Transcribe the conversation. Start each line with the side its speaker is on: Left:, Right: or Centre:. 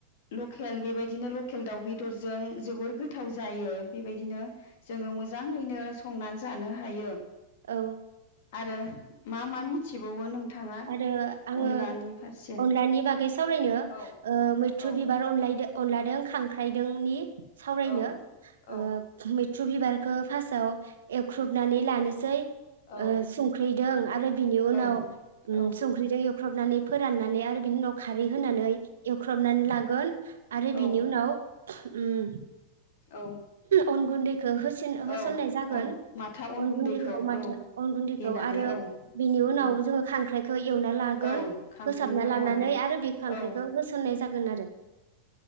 Left: लकेल बेबायदिनो लकेल दाउ बे दरजों जोबोर गोथाव जायो बेबायदिनो जोङो मोजां मोजाङैनो संनानै जानो हायो
Right: औ
Left: आरो मा मा मिथिबावो नों थाङा
Right: आरो आङो
Left: अनलानि फारसे
Right: अनलानि बागै सावरायनो
Left: औ
Right: मैथ्रु
Left: औ
Right: बिबार अनलायदो अनलादों खांख्राइदोंनि सावरायनो
Left: औ औ
Right: ओ मै ट्रु बिबारखौ फार्स्टआव एवख्रुबनानै लानोसै
Left: औ
Right: संख्रैदों आरो बिनि उनाव
Left: औ
Right: उम
Left: औ
Right: संख्रिजों एव हुख्रबनानै फोराननानै आरो बिनि उनाव खारै होनानै एवख्रबनानै लागोन आरो
Left: औ
Right: बेनि उनाव उम
Left: औ
Right: अन गुन्दै खो होसन होसननाय
Left: औ
Right: जागोन
Left: अन माथा
Right: अन गुन्दैखौ माथो
Left: औ
Right: अन गुन्दैखौ
Left: देनानै
Right: आरो
Left: औ
Right: बिनि उनाव
Left: औ
Right: जोङो खो एवना लागोन
Left: औ खांख्राइखौनो
Right: फोसाबना लानानै आरो बे खांख्रायखौ
Left: औ
Right: होसननाय जागोन आरो